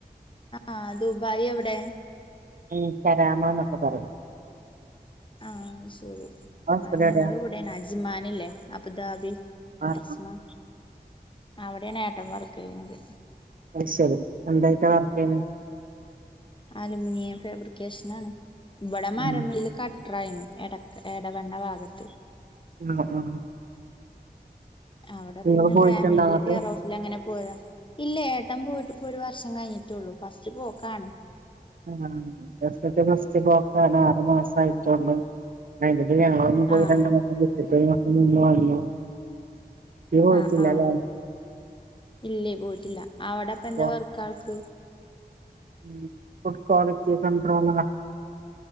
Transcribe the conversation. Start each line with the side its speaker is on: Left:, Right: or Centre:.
Left: ആഹ് ദുബായ് എവിടെ
Right: ഉം പരാമന്നൊക്ക പറിം
Left: ആഹ് ശരി ഇബയ്
Right: ഹസ്ബൻഡ്
Left: ഞങ്ങള്
Right: എവിടെയാ
Left: ഇവിടേണ് അജ്മാന്ല്ലേ അബുദാബി
Right: ആഹ്
Left: അജ്മ
Right: ആഹ്
Left: അവിടെയാണ് ഏട്ടൻ വർക്കെയ്യ്ണത്
Right: അത്ശരി എന്തായിട്ടാ വർക്കെയ്യ്ണെ
Left: അലൂമിനിയം ഫേബ്രിക്കേഷനാണ് ഇവിടെ മരമില്ല്
Right: ആഹ്
Left: ക ട്ട്രായിരുന്നു എടക്ക എടവണ്ണ ഭാഗത്ത്
Right: ഉം ആഹ്
Left: അവിടെ
Right: നിങ്ങള്
Left: പിന്നെ
Right: പോയിട്ടുണ്ടോ
Left: ഫാമിലിലെ
Right: അങ്ങട്ട്
Left: കെയറോഫിലങ്ങനെ പോയാ ഇല്ലേ ഏ ട്ടൻ പോയിട്ട് ഇപ്പൊ ഒരു വർഷം കഴിഞ്ഞ്ട്ടോള്ളൂ ഫസ്റ്റ് പോക്കാണ്
Right: ആഹ് ഇന്റെ ഹസ്ബൻഡും ഫസ്റ്റ് പോക്കാണ് ആറു മാസായിട്ടോള്ളൂ അയിന്റെ ടേല് ഞങ്ങളൊന്ന് പോയി
Left: ആഹ്
Right: രണ്ടു മാസം വിസിറ്റായി ഈ മാസം നിന്ന് വന്നു ഇയ്യ് പോയിട്ടില്ലല്ലേ
Left: ആഹ് ആഹ് ഇല്ലേ പോയിട്ടില്ലാ അവിടെപ്പന്താ
Right: പോ
Left: വർക്കാൾക്ക്
Right: ഉം ഫുഡ് ക്വാളിറ്റി കൺഡ്രോളറാ